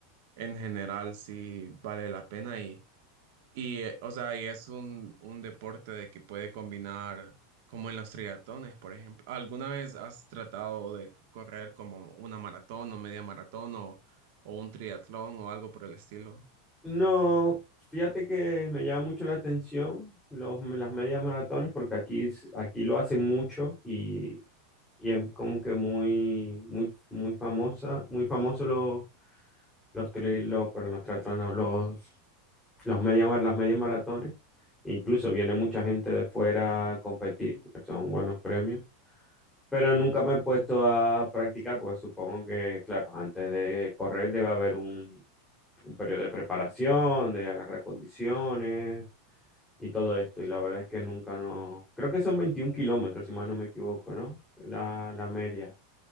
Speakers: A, on the right; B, in the centre.
A: en general sí vale la pena y, eh, o sea, y es un, un deporte de que puede combinar, como en los triatones, por ejemplo. ¿Alguna vez has tratado de correr como una maratón o media maratón o, o un triatlón o algo por el estilo?
B: No, fíjate que me llama mucho la atención los, las medias maratones porque aquí, es- aquí lo hacen mucho y, y es como que muy, muy, muy famosa, muy famoso los, los, tri- los, perdón, los triatlones, no, los, los media, mar- las medias maratones. Incluso viene mucha gente de fuera a competir, son buenos premios pero nunca me he puesto a practicar porque supongo que, claro, antes de correr debe haber un, un periodo de preparación, de agarrar condiciones y todo esto. Y la verdad es que nunca no... Creo que son 21 kilómetros, si más no me equivoco, ¿no? La, la media.